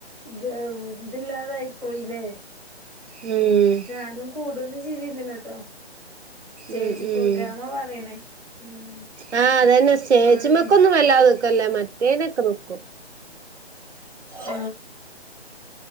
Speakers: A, in the centre; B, on the right.
A: ത് തില്ലാതായിപ്പോയില്ലേ
B: ഉം
A: ഞാനും കൂടൊതന്നു ചെയ്തിര്ന്നില്ലട്ടോ സ്റ്റേജ്
B: ഉം ഉം
A: പ്രോഗ്രാമ പറയ്ണേ ഉം
B: ആ അതന്നെ സ്റ്റേജുമക്കൊന്നും
A: ഇപ്പോഴും
B: വല്ലാതെ ന്ന്ക്കല്ല മറ്റേനൊക്കെ ന്ന്ക്കും
A: ആ